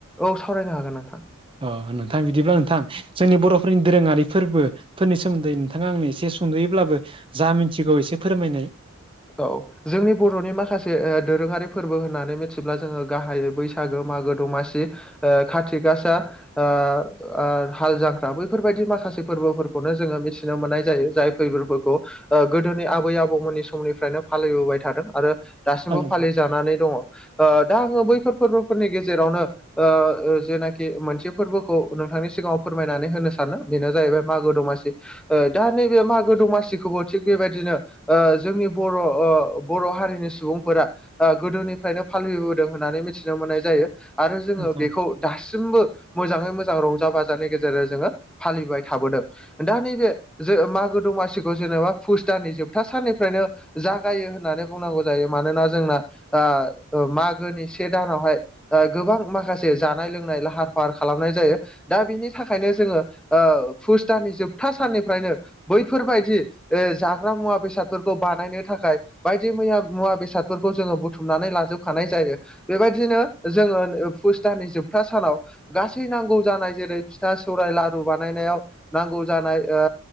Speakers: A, in the centre; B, on the right (about 25°).
A: औ सावरायनो हागोन नोंथां।
B: अ नोंथां। बिदिब्ला नोंथां जोंनि बर'फोरनि दोरोङारि फोरबो फोरनि सोमोन्दै नोंथाङा आंनो एसे सुंद'यैब्लाबो जा मिन्थिगौ एसे फोरमायनाय।
A: औ। जोंनि बर'नि माखासे ओ दोरोङारि फोरबो होननानै मिथिब्ला जोङो गाहायै बैसागो, मागो, दमासि ओ खाथि गासा ओ ओ हाल जांख्रा बैफोरबायदि माखासे फोरबोफोरखौनो जोङो मिथिनो मोननाय जायो। जाय <unintelligible> फोरखौ ओ गोदोनि आबै आबौमोननि समनिफ्रायनो फालिबोबाय थादों आरो दासिमबो
B: औ नोंथां
A: फालि जानानै दङ। ओ दा आङो बैफोर फोरबोफोरनि गेजेरावनो ओ ओ जेनाखि मोनसे फोरबोखौ नोंथांनि सिगाङाव फोरमायनानै होनो सानो बेनो जाहैबाय मागो दमासि। ओ दा नैबे मागो दमासिखौबो थिग बेबायदिनो ओ जोंनि बर' अ बर' हारिनि सुबुंफोरा आ गोदोनिफ्रायनो फालिबोदों होननानै मिथिनो मोननाय जायो आरो जोङो
B: नोंथां
A: बेखौ दासिमबो मोजाङै मोजां रंजा बाजानि गेजेरजों जोङो फालिबाय थाबोदों। दा नैबे जो मागो दमासिखौ जेनेबा फुस दाननि जोबथा साननिफ्रायनो जागायो होननानै बुंनांगौ जायो। मानोना जोंना आ ओ मागोनि से दानावहाय ओ गोबां माखासे जानाय लोंनाय लाहार फाहार खालामनाय जायो। दा बिनि थाखायनो जोङो ओ फुस दाननि जोबथा साननिफ्रायनो बैफोरबायदि ओ जाग्रा मुवा बेसादफोरखौ बानायनो थाखाय बायदि मैया मुवा बेसादफोरखौ जोङो बुथुमनानै लाजोबखानाय जायो। बेबायदिनो जोङो ओन पुसताननि जोबथा सानाव गासै नांगौ जानाय जेरै फिथा सौरायाइ लारु बानायनायाव नांगौ जानाय ओ